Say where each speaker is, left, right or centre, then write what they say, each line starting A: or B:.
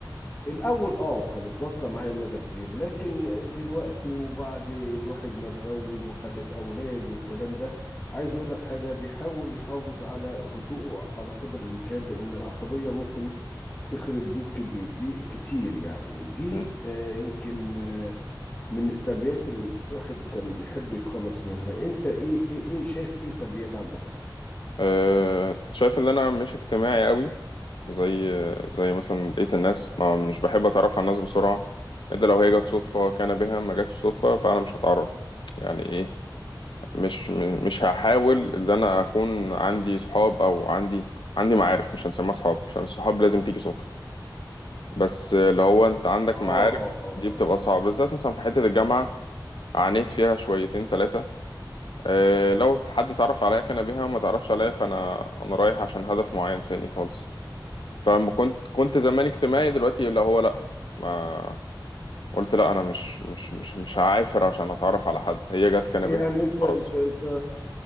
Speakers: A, on the left (about 30°); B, on the left (about 75°).
A: الأول اه كانت واصلة معايا لمدى كبير لكن دلوقتي وبعد الواحد ما اتجوز وخلف أولاد والكلام ده عايز أقول لك حاجة بيحاول يحافظ على هدوءه على قدر الإمكان لأن العصبية ممكن تخرب بيوت كبير دي كتير يعني دي
B: مم.
A: آه، يمكن آه، من السلبيات اللي الواحد كان بيحب يتخلص منها أنت إيه إيه إيه شايف إيه سلبيات عندك؟
B: أه شايف إن أنا مش اجتماعي قوي زي زي مثلا بقية الناس ما مش بحب أتعرف على الناس بسرعة إلا لو هي جت صدفة كان بها ما جاتش صدفة فأنا مش هتعرف يعني إيه مش م- مش هحاول إن أنا أكون عندي صحاب أو عندي عندي معارف مش هنسميها صحاب عشان الصحاب لازم تيجي صدفة بس اللي هو انت عندك
A: اه
B: معارف
A: اه اه
B: دي بتبقى
A: آه.
B: صعبة بالذات مثلا في حتة الجامعة عانيت فيها شويتين ثلاثة اه لو حد تعرف عليا كان بيها ما تعرفش عليا فانا انا رايح عشان هدف معين تاني خالص فما كنت كنت زمان اجتماعي
A: مم.
B: دلوقتي اللي هو لا ما قلت لا انا مش مش مش مش هعافر عشان اتعرف على حد هي جت كان
A: يعني
B: بيها
A: انت
B: خلاص
A: انت انت